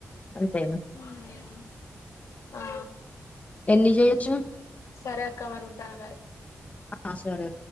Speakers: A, on the left; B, on the left.
A: అంతేనా
B: ఉమ్ ఆ
A: ఎన్ని చేయొచ్చు
B: సరే అక్క మరి ఉంటాను బాయ్
A: ఆ సరే